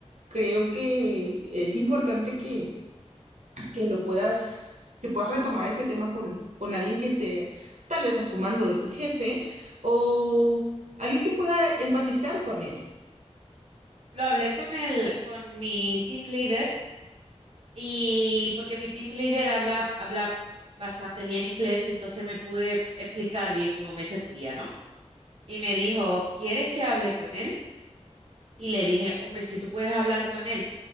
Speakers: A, on the right (about 75°); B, on the right (about 55°).
A: creo que es importante que que lo puedas, que puedas retomar este tema con, con alguien que esté tal vez a su mando de tu jefe o alguien que pueda empatizar con él.
B: Lo hablé con el, con mi team leader y porque mi team leader habla, habla bastante bien inglés, entonces me pude explicar bien cómo me sentía, ¿no? Y me dijo, ¿quieres que hable con él? Y le dije, hombre, si tú puedes hablar con él,